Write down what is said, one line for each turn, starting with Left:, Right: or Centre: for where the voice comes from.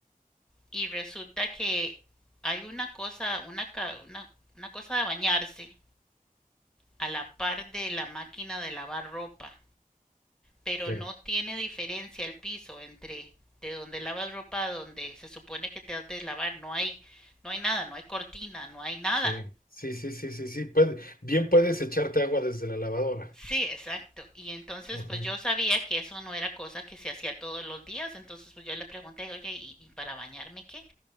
Centre: y resulta que hay una cosa, una, ca- una, una cosa de bañarse a la par de la máquina de lavar ropa, pero
Left: sí.
Centre: no tiene diferencia el piso entre de donde lavas ropa a donde se supone que te has de lavar, no hay, no hay nada, no hay cortina, no hay nada.
Left: Sí, sí, sí, sí, sí, sí. Puede- bien puedes echarte agua desde la lavadora.
Centre: Sí, exacto. Y entonces,
Left: Ajá,
Centre: pues yo sabía que eso no era cosa que se hacía todos los días. Entonces, pues yo le pregunté, oye, ¿y, y para bañarme qué?